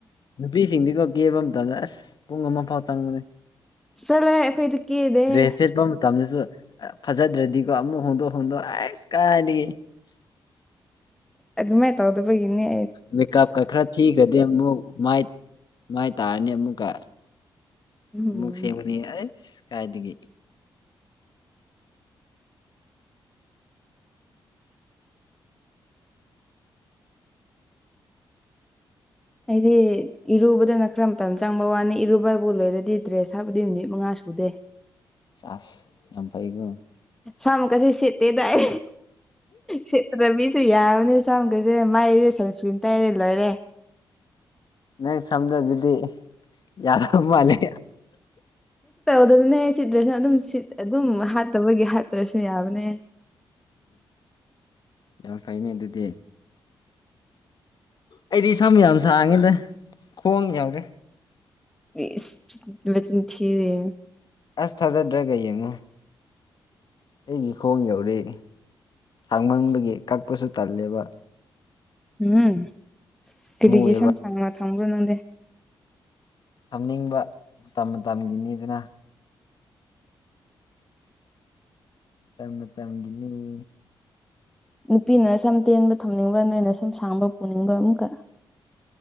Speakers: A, on the left; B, in the centre.
A: ꯅꯨꯄꯤꯁꯤꯡꯗꯤꯀꯣ ꯀꯦꯕ ꯑꯃꯝꯇꯗ ꯑꯁ ꯄꯨꯡ ꯑꯃ ꯐꯥꯎ ꯆꯪꯕꯨꯅꯦ
B: ꯆꯠꯂꯣ ꯑꯩꯈꯣꯏꯗꯤ ꯀꯦꯗꯦꯍꯦ
A: ꯗ꯭ꯔꯦꯁꯠ ꯄ ꯇꯁꯨ ꯐꯖꯗ꯭ꯔꯗꯤꯀꯣ ꯑꯃꯨꯛ ꯍꯣꯡꯗꯣꯛ ꯍꯣꯡꯗꯣꯛ ꯑꯩꯁ ꯀꯥꯏ
B: ꯑꯗꯨ ꯃꯥꯏ ꯇꯥꯎ ꯑꯗꯨꯕ ꯏꯅꯦ
A: ꯃꯀꯞ ꯈ ꯈꯔ ꯊꯒꯗ ꯃꯥꯏ ꯃꯥꯏ ꯇꯥꯔꯅꯤ ꯑꯃꯨꯛꯀ
B: ꯎꯝ
A: ꯑꯃꯨꯛ ꯁꯦꯝꯦꯡꯕꯅꯤ ꯀꯥꯏꯗꯒꯤ
B: ꯑꯩꯗꯤ ꯏꯔꯨꯕꯗꯅ ꯈꯔ ꯃꯇꯝ ꯆꯪꯕ ꯋꯥꯅꯤ ꯏꯔꯨꯕꯕꯨ ꯂꯣꯏꯔꯗꯤ ꯗ꯭ꯔꯦꯁ ꯑꯁꯥꯕꯨꯗꯤ ꯃꯤꯅꯤꯠ ꯃꯉꯥ ꯁꯨꯗꯦ
A: ꯆꯥꯁ ꯌꯥꯝ ꯐꯩꯀꯣ
B: ꯁꯝꯀꯁꯤ ꯁꯦꯇꯗꯏ ꯁꯇ ꯔꯕꯤꯁꯨ ꯌꯥ ꯑꯅꯦ ꯆ ꯀꯩꯁꯦ ꯃꯥꯏ ꯑꯩꯁꯦ ꯁꯟꯁꯀ꯭ꯔꯤꯟ ꯇꯥꯏꯔꯦ ꯂꯣꯏꯔꯦ
A: ꯅꯪ ꯁꯖ ꯑꯗꯨꯗꯤ ꯌꯥꯔꯣ ꯃꯥꯅꯤ
B: ꯑꯗꯨꯅꯦ ꯁꯤꯗ꯭ꯔꯁꯤꯅ ꯑꯗꯨꯝ ꯁꯤꯠ ꯑꯗꯨꯝ ꯍꯥꯠꯇꯕꯒꯤ ꯍꯥꯠꯇ꯭ꯔꯁꯨ ꯌꯥꯕꯅꯦ
A: ꯌꯥ ꯐꯥꯏꯅꯦ ꯑꯗꯨꯗꯤ ꯑꯩꯗꯤ ꯏꯁꯝ ꯌꯥꯝ ꯁꯥꯡꯉꯦꯗ ꯈꯣꯡ ꯌꯥꯎꯔꯦ
B: ꯏꯁ ꯆꯟ ꯊꯦ
A: ꯑꯁ ꯊꯥꯖꯗ꯭ꯔꯒ ꯌꯦꯡꯉꯨ ꯑꯩꯒꯤ ꯈꯣꯡ ꯌꯧꯔꯛꯏ ꯁꯥꯡꯃꯟꯕꯒꯤ ꯀꯛꯄꯁꯨ ꯇꯜꯂꯦꯕ
B: ꯎꯝ ꯀꯔꯤꯒꯤ
A: ꯃꯨꯑꯦꯕ
B: ꯏꯁꯝ ꯁꯥꯡꯅ ꯊꯝꯝꯕ꯭ꯔꯣ ꯅꯪꯗꯦ
A: ꯊꯝꯅꯤꯡꯕ ꯃꯇꯝ ꯃꯇꯝꯒꯤꯅꯤꯗꯨꯅ ꯇ ꯇꯥꯡꯒꯤꯅꯤ
B: ꯅꯨꯄꯤꯅ ꯁꯨꯝ ꯇꯦꯟꯕ ꯊꯝꯅꯤꯡꯕ ꯅꯣꯏꯅ ꯁꯨꯝ ꯁꯥꯡꯕ ꯄꯨꯅꯤꯡꯕ ꯑꯃꯨꯀꯛ